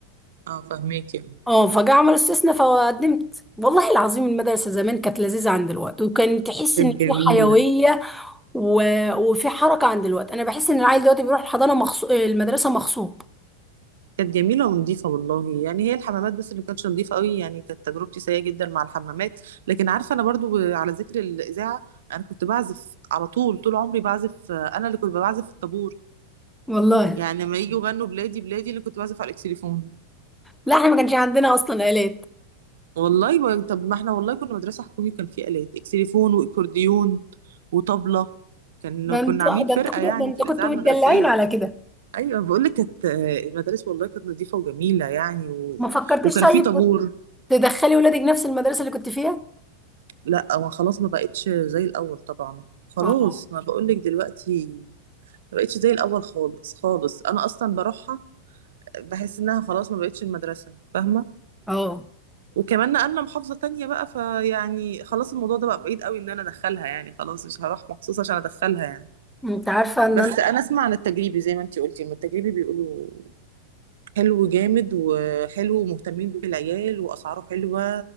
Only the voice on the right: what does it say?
اه فهميكي اه
كانت
جميلة
كانت جميلة ونظيفة والله يعني هي الحمامات بس اللي كانتش نظيفة قوي يعني كانت تجربتي سيئة جدا مع الحمامات لكن عارفة أنا برضو ب- على ذكر الإذاعة أنا كنت بعزف على طول طول عمري بعزف آه، أنا اللي كنت بعزف في الطابور
يعني لما يجوا يغنوا بلادي بلادي اللي كنت بعزف على الإكسليفون
والله ب- طب ما احنا والله كنا مدرسة حكومي كان في آلات اكسليفون واكورديون وطبلة كان
كنا عاملين فرقة
يعني
في الإذاعة
المدرسية
أيوة بقول لك كانت آه، المدارس والله كانت نظيفة وجميلة يعني و...
وكان
في طابور
لا ما خلاص ما بقتش زي الأول طبعا خلاص
ما بقول لك دلوقتي ما بقتش زي الأول خالص خالص أنا أصلا بروحها بحس إنها خلاص ما بقتش المدرسة فاهمة
وكمان نقلنا محافظة تانية بقى فيعني خلاص الموضوع ده بقى بعيد قوي ان انا ادخلها يعني خلاص مش هروح مخصوص عشان ادخلها يعني
بس
انا اسمع عن التجريبي زي ما انتي قلتي إن التجريبي بيقولوا حلو جامد وحلو ومهتمين بالعيال واسعاره حلوة